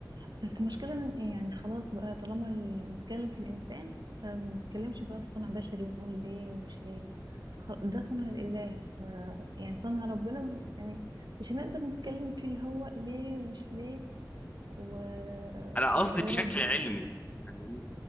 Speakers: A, on the right (about 70°); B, on the left (about 20°).
A: بس المشكله إن إيه يعني خلاص بقى طالما ال- نتكلم في الانسان فما نتكلمش بقى في صنع بشري ونقول ليه ومش ليه فخ- ده صنع الاله ف يعني صنع ربنا يعني مش هنقدر نتكلم فيه اللي هو ليه ومش ليه و...
B: انا قصدي
A: والحوارات
B: بشكل
A: دي
B: علمي فاهماني